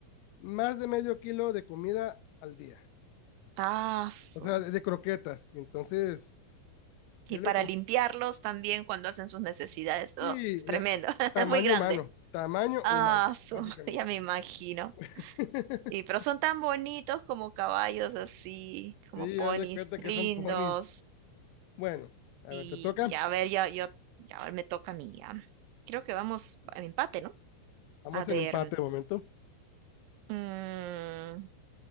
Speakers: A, on the left (about 85°); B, on the right (about 85°).
A: más de medio kilo de comida al día.
B: Ah, su.
A: O sea, de, de croquetas. Entonces,
B: Y
A: yo
B: para
A: le compré,
B: limpiarlos también cuando hacen sus necesidades. Oh,
A: sí,
B: tremendo.
A: eh,
B: <laughs>
A: tamaño
B: Muy grande.
A: humano, tamaño
B: Ah,
A: humano,
B: su.
A: básicamente.
B: <laughs> Ya me imagino.
A: <laughs>
B: Y pero son tan bonitos como caballos así, como
A: Sí,
B: ponis
A: ya de cuenta
B: lindos.
A: que son ponis. Bueno, a
B: Y,
A: ver, te toca.
B: y a ver, ya, yo, ya ahora me toca a mí. ya. Creo que vamos a empate, ¿no?
A: Vamos
B: A ver,
A: en empate de momento.
B: mm,